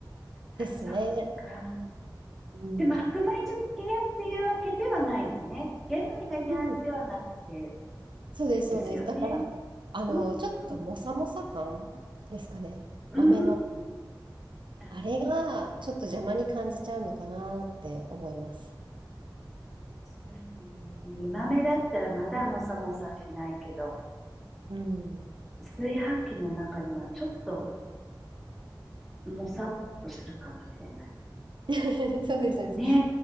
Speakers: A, in the centre; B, on the right.
A: あ、
B: ですね。
A: そっか。
B: うん
A: でも、白米漬け屋っていうわけではないのね。玄米が嫌ではなくて
B: うん、そうです、そうです。
A: ですよね。
B: だから、あの、
A: うん、
B: ちょっともさもさ感ですかね。
A: うん、うん。
B: 豆の。
A: あ、
B: あれが、ちょっと邪魔に感じちゃうのかなって思います。
A: 確かにね。煮豆だったらまだもさもさしないけど、
B: うん。
A: 炊飯器の中のはちょっともさっとするかもしれない。
B: <laughs> そうです、そうです。
A: ね